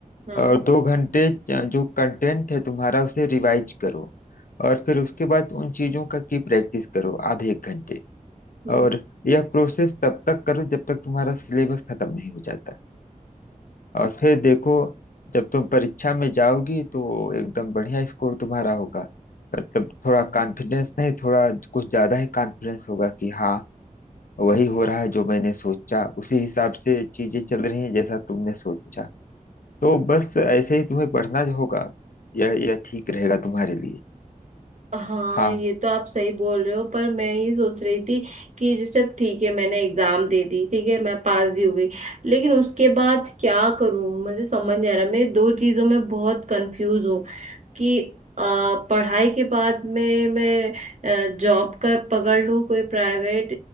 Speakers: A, on the right; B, on the left.
A: हाँ
B: और दो घंटे च- जो कंटेंट है तुम्हारा उसे रिवाइज करो और फिर उसके बाद उन चीजों का की प्रैक्टिस करो आधे एक घंटे
A: हम्म
B: और यह प्रोसेस तब तक करो जब तक तुम्हारा सिलेबस खत्म नहीं हो जाता और फिर देखो जब तुम परीक्षा में जाओगी तो एकदम बढ़िया स्कोर तुम्हारा होगा मतलब थोड़ा कॉन्फिडेंस नहीं थोड़ा कुछ ज्यादा ही कॉन्फिडेंस होगा कि हाँ वही हो रहा है जो मैंने सोचा उसी हिसाब से चीजें चल रही हैं जैसा तुमने सोचा तो बस ऐसे ही तुम्हें पढ़ना जो होगा यह यह ठीक रहेगा तुम्हारे लिए
A: हाँ
B: हाँ
A: ये तो आप सही बोल रहे हो पर मैं ये सोच रही थी कि जैसे ठीक है मैंने एग्जाम दे दी ठीक है मैं पास भी हो गई लेकिन उसके बाद क्या करूँ मुझे समझ नहीं आ रहा मैं दो चीजों में बहुत कंफ्यूज हूँ कि अ, पढ़ाई के बाद में मैं जॉब का पकड़ लूं कोई प्राइवेट